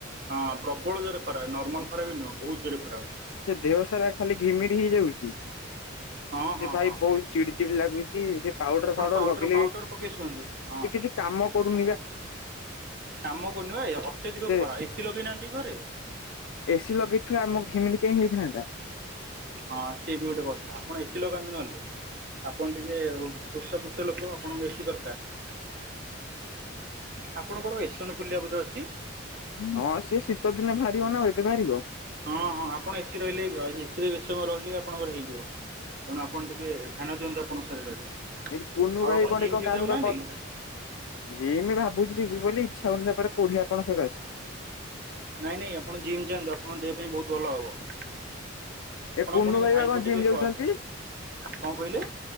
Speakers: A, on the right (about 50°); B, on the left (about 80°).
A: ହଁ ପ୍ରବଳ ଜୋରେ ଖରା। ନର୍ମାଲ ଖରା ବି ନୁହଁ। ବହୁତ ଜୋରରେ ଖରା ହଉଚି।
B: ସେ ଦେହ ସାରା ଖାଲି ଘିମିରି ହେଇଯାଉଚି।
A: ହଁ
B: ସେ
A: ହଁ
B: ଭାଇ
A: ହଁ
B: ବହୁତ ଚିଡି ଚିଡି ଲାଗୁଚି। ସେ ପାଉଡର
A: ଆପଣ
B: ଫାଉଡର
A: ପାଉଡର
B: ଲଗେଇଲେ
A: ପାଉଡର
B: ବି
A: ପକେଇ ଶୁଅନ୍ତୁ ହଁ।
B: ସେ କିଛି କାମ କରୁନି ବା।
A: କାମ କରୁନି ବା। ଅତ୍ୟଧିକ
B: ସେ
A: ଖରା। ଏସିି ଲଗେଇନାହାନ୍ତି କି ଘରେ?
B: ଏସିି ଲଗେଇଥିବା ଆମକୁ ଘିମିରି କାହିଁ ହେଇଥାନ୍ତା?
A: ହଁ ସିଏ ବି ଗୋଟେ କଥା। ଆପଣ ଏସିି ଲଗାନ୍ତୁ ନହେଲେ। ଆପଣ ଟିକେ ହୃଷ୍ଟପୃଷ୍ଟ ଲୋକ। ଆପଣଙ୍କୁ ବେଶୀ ଦରକାର। ଆପଣଙ୍କର ଏସନ ଫୁଲିଆ ବୋଧେ ଅଛି?
B: ହଁ ସିଏ ଶୀତ ଦିନେ ବାହାରିବ ନା ଏବେ ବାହାରିବ?
A: ହଁ ହଁ ଆପଣ ଏସିି ରହିଲେ ଏ ଏସି ରେ ବେଶୀ ସମୟ ରହିଲେ ବି ଆପଣଙ୍କର ହେଇଯିବ। ତେଣୁ ଆପଣ ଟିକେ ଧ୍ୟାନ ଦିଅନ୍ତୁ ଆପଣଙ୍କ ଶରୀରରେ।
B: ଏଇଠି କୁନୁ
A: ଆଉ
B: ର ଭାଇ
A: ଆପଣ
B: କଣ
A: ଜିମ୍
B: କୁଆଡ଼େ
A: ଫିମ୍
B: କାମ
A: ଯାଉନାହାନ୍ତି
B: ର କଟ
A: କି?
B: ଯିମ ଭାବୁଚି ଯିବି ବୋଲି। ଇଛା ହଉନି ତାପରେ କୋଢିଆ ପଣ ସକାସେ।
A: ନାଇଁ ନାଇଁ ଆପଣ ଜିମି ଯାଆନ୍ତୁ। ଆପଣଙ୍କ ଦେହ ପାଇଁ ବହୁତ ଭଲ ହବ।
B: ଏ
A: ଆପଣ
B: କୁନୁ
A: ପଣଙ୍କ
B: ଭାଇ
A: ଭାଇଙ୍କୁ
B: ବା କଣ
A: ଟିକେ
B: ଜିମ୍ ଯାଉଛନ୍ତି
A: କଣ କହିଲେ?